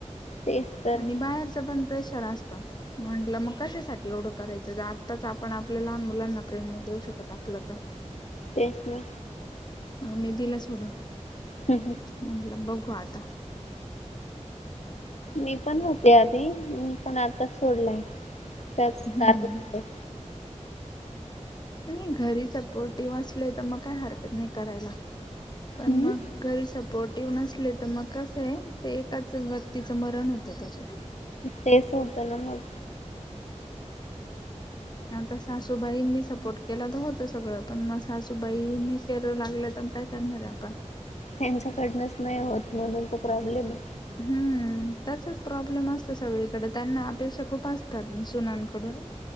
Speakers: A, on the left; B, on the left.
A: तेच तर
B: आणि बाहेरचं पण प्रेशर असतं, म्हटलं मग कशासाठ ठी एवढं करायचं गं, आत्ताच आपण आपल्या लहान मुलांना प्रेम नाय देऊ शकत, आपलं तर
A: तेच ना.
B: मग मी दिलं सोडून,
A: ना
B: म्हटलं ब घु आता.
A: मी पण होते आधी मी पण आता सोडलाय, त्याच
B: हम्म
A: कारण <unintelligible>
B: नाही घरी सपोर्टिव्ह असले तर मग काही हरकत नाही करायला. पण
A: हम्म
B: मग घरी सप पोर्टिव्ह नसले तर मग कसंय, ते एकाच व्यक्तीच मरण होतं त्याच्यात.
A: तेच होतं ना मग.
B: आता सासूबाईंनी सपोर्ट केला तर होतं सगळं, पण मग सासूबाईनी केलं लागलं तर पण काय करणार आहे आपण?
A: त्यांच्याकडनच नाही होत म्हणून तर प्रॉब्लेम हाय.
B: हम्म हम्म, त्याचाच प्रॉब्लेम असते सगळीकडे, त्यांना अपेक्षा खूप असतात सुनांकडून.